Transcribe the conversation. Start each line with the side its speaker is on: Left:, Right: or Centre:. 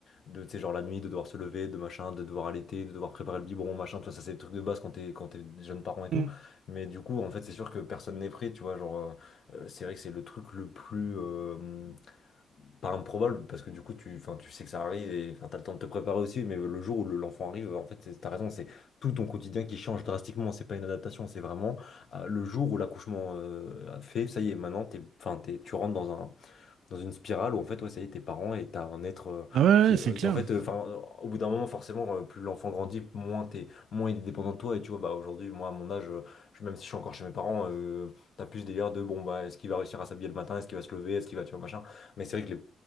Left: de, tu sais, genre la nuit, de devoir se lever, de machin, de devoir allaiter, de devoir préparer le biberon, machin, tu vois, ça c'est des trucs de base quand t'es quand t'es jeune parent et tout.
Right: Mm.
Left: Mais du coup, en fait, c'est sûr que personne n'est prêt, tu vois, genre, euh, euh, c'est vrai que c'est le truc le plus, euh, pas improbable, parce que du coup, tu, enfin, tu sais que ça arrive et enfin, t'as le temps de te préparer aussi, mais le jour où le- l'enfant arrive, en fait, c'est- t'as raison, c'est tout ton quotidien qui change drastiquement, c'est pas une adaptation, c'est vraiment euh, le jour où l'accouchement euh, a fait, ça y est, maintenant, t'es, enfin, t'es, tu rentres dans un dans une spirale où en fait ouais ça y est t'es parent et t'as un être euh,
Right: Ah ouais,
Left: qui
Right: ouais,
Left: est
Right: c'est
Left: euh,
Right: clair.
Left: qui, en fait euh, enfin au bout d'un moment forcément euh, plus l'enfant grandit moins t'es moins il est dépendant de toi et tu vois bah aujourd'hui moi à mon âge euh, je- même si je suis encore chez mes parents euh, t'as plus ce délire de bon bah est-ce qu'il va réussir à s'habiller le matin est-ce qu'il va se lever est-ce qu'il va tu vois machin mais c'est vrai que les,